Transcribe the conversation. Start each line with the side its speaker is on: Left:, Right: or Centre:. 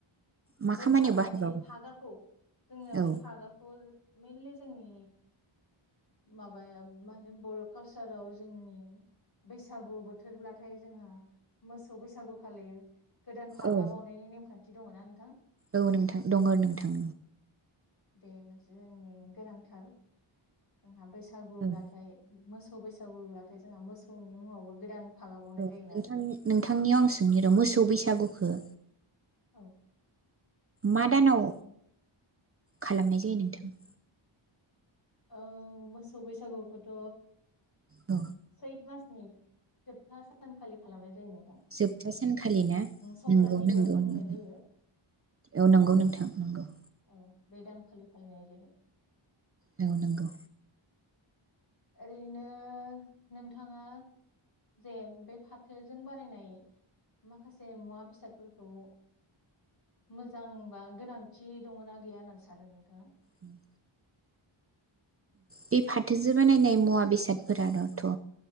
Right: मा
Left: बे
Right: खामानियाव
Left: फा
Right: बाहायबावो
Left: माने फागाखौ जोंनो
Right: औ
Left: बे फागाखौ मइेनलि जोंनि माबाया मा होनो बर' कालसाराव जोंनि बैसागु बोथोरब्लाथाय जोंहा मोसौ बैसागु खालि गोदान फागा
Right: औ
Left: बावनायनि नेम खान्थि दङ ना नोंथां
Right: औ नोंथां दङ नोंथां
Left: औ बे मोनसे जोंनि गोनांथार जोंहा बैसा सागोब्लाथाय
Right: औ
Left: मोसौ बैसागुब्लाथाय जोंहा मोसौनि मुङावबो गोदान फागा बावनाय
Right: औ
Left: जायोना
Right: नोंथां नोंथांनियाव आं सोंनि र मोसौ बैसागुखौ
Left: औ
Right: मा दानाव खालामनाय जायो नोंथां
Left: औ मोसौ बैसागुखौथ
Right: औ
Left: सैथ मासनि जोबथा सानखालि खालामनाय जायोनो
Right: जोबथा सानखालि ना?
Left: संक्रान्तिबो
Right: नोंगौ नोंगौ
Left: होननानै बुंनाय
Right: नोंथ
Left: जायो
Right: औ नंगौ नोंथां नंगौ।
Left: औ बे दानखालि फालिनाय जायो।
Right: औ नोंगौ।
Left: ओरैनो नोंथाङा जे बे फाथोजों बानायनाय माखासे मुवा बेसादफोरखौ मोजां बा गोनांथि दङ ना गैया होननानै सानो नोंथाङा।
Right: उम। बे फाथोजो बानायनाय मुवा बेसादफोरानोथ'